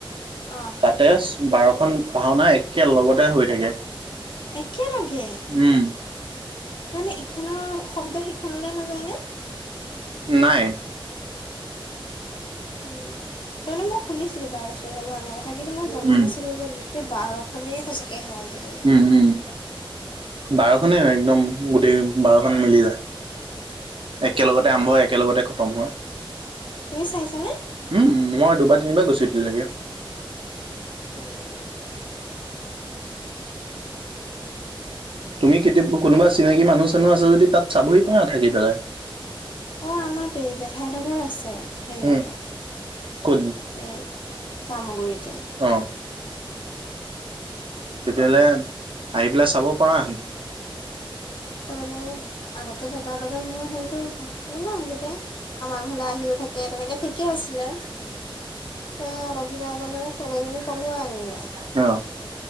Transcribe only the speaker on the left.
অঁ।
একেলগে,
তাৰমানে ইখনৰ শব্দ সিখনলৈ নাযায় ন?
উম, তাৰমানে মই শুনিছিলো বাৰচৰিয়া ভাাৰ কথা কিন্তু মই জনা
নাছিলো যে। ত' বাৰ খনেই সঁচাকে হয় বুলি।
উম,
তুমি চাইছানে?
অঁ।
অ' আমাৰ বেজেঠাই ঘৰ আছে হেৰিয়াতে।
এই জামুগুৰিতে।
<inaudible>
ত মানে আগতে দাদাৰ লগত মই হেইটো ভাবো ন আগতে আমাৰ ঘৰলে আহিও থাকে তেনেকে ঠিকে আছিলে তে অলপ দিনৰ আগত মানে ছোৱালী এজনী পলোৱাই আনিলে